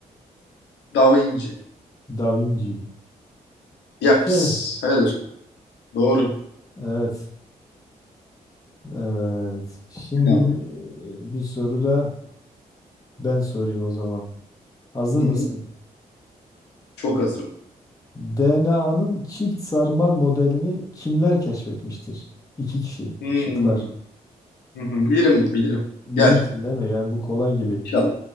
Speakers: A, on the left (about 85°); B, on the left (about 20°).
A: Da Vinci.
B: Da Vinci.
A: Yaps.
B: Şey,
A: Helal olsun. Doğru.
B: evet. Evet. Şimdi
A: İnanın.
B: bi- bir soru da ben sorayım o zaman. Hazır
A: Hı hı.
B: mısın?
A: Çok hazırım.
B: DNA'nın çift sarmal modelini kimler keşfetmiştir? İki kişi.
A: Hmm.
B: Şıklar.
A: Hı hı. Bilirim bunu, bilirim.
B: Bilirsin
A: Gel.
B: değil mi? Yani bu kolay gibi.
A: İnşallah.